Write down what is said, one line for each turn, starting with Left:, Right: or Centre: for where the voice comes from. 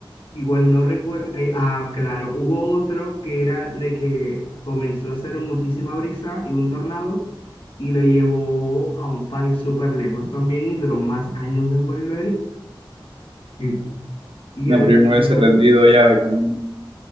Left: Igual no recuerdo. eh, ah, claro, hubo otro que era de que comenzó a hacer muchísima brisa y un tornado y lo llevó a un país súper lejos también y duró más años de volver. Mm. Y
Right: No,
Left: al
Right: pero yo
Left: final,
Right: me hubiese rendido ya de camino.